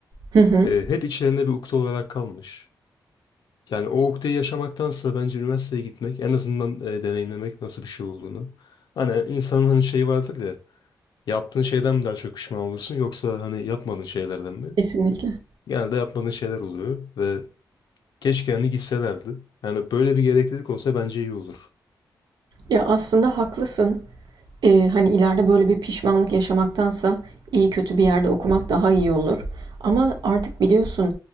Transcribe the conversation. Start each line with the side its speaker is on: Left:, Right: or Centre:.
Right: Hı hı.
Left: e, hep içlerinde bir ukde olarak kalmış. Yani o ukdeyi yaşamaktansa bence üniversiteye gitmek en azından e, deneyimlemek nasıl bir şey olduğunu. Hani insanın hani şeyi vardır ya yaptığın şeyden mi daha çok pişman olursun yoksa hani yapmadığın şeylerden mi?
Right: Kesinlikle.
Left: Genelde yapmadığın şeyler oluyor ve keşke hani gitselerdi. Yani böyle bir gereklilik olsa bence iyi olur.
Right: Ya aslında haklısın. Eee, hani ileride böyle bir pişmanlık yaşamaktansa iyi kötü bir yerde okumak daha iyi olur. Ama artık biliyorsun